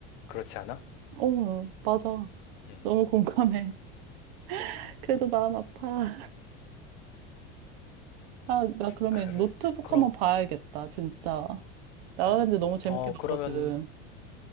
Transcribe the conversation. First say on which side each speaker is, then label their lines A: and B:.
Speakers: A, on the left; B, on the right.
A: 그렇지 않아?
B: 어, 맞아.
A: 음
B: 너무 공감해. <laughs> 그래도 마음 아파. 아, 나 그러면
A: 그래.
B: 노트북
A: 그럼,
B: 한번 봐야겠다, 진짜. 나라랜드 너무 재밌게
A: 어,
B: 봤거든.
A: 그러면